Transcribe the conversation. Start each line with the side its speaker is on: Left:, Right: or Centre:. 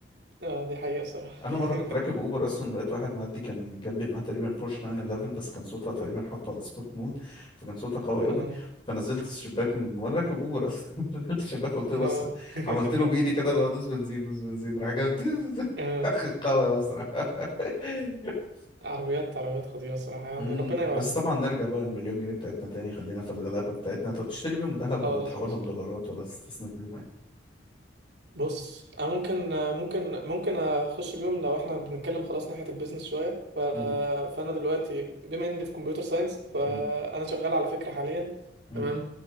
Right: آه دي حقيقة الصراحة
Left: انا مرة
Right: <laughs>
Left: كنت راكب اوبر اصلا لقيت واحد معدي كان جنبي معاه تقريبا بورش 911 بس كان صوتها تقريبا حاطه على سبورت مود فكان صوتها قوي قوي
Right: آه
Left: فنزلت الشباك من... وانا راكب اوبر اصلا <laughs> نزلت الشباك قلت له
Right: آه
Left: بس
Right: <laughs>
Left: عملت له بايدي كده اللي هو دوس بنزين دوس بنزين راح جاب تيز.
Right: آه
Left: <laughs> قوي قوي بصراحة <laughs>
Right: عربيات عربيات خطيرة الصراحة يعني
Left: امم
Right: ربنا يوعدنا
Left: بس طبعا نرجع بقى للمليون جنيه بتاعتنا تاني خلينا في الغلابة بتاعتنا طب تشتري بيهم ذهب
Right: <laughs> خلاص
Left: ولا تحولهم
Right: ماشي
Left: دولارات ولا تستثمر بيهم ايه
Right: بص انا ممكن ممكن ممكن اخش بيهم لو احنا بنتكلم خلاص ناحيه البيزنس شويه ف...
Left: امم
Right: فانا دلوقتي بما اني في كمبيوتر ساينس فانا
Left: امم
Right: شغال على فكره حاليا
Left: امم
Right: تمام